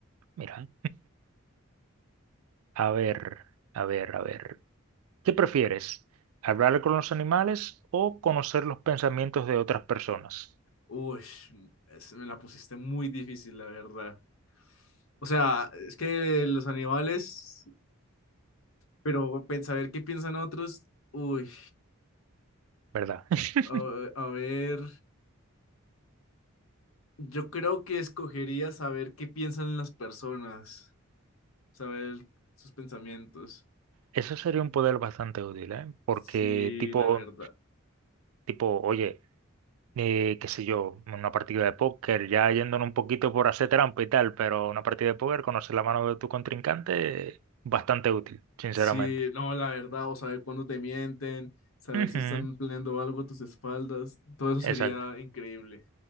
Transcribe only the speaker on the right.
Mira, a ver, a ver, a ver. ¿Qué prefieres? ¿Hablar con los animales o conocer los pensamientos de otras personas?
¿Verdad? <laughs>
Eso sería un poder bastante útil, ¿eh? Porque
tipo,
tipo, oye, eh, qué sé yo, una partida de póker, ya yéndonos un poquito por hacer trampa y tal, pero una partida de póker, conocer la mano de tu contrincante, bastante útil, sinceramente.
Ujú,
Exacto,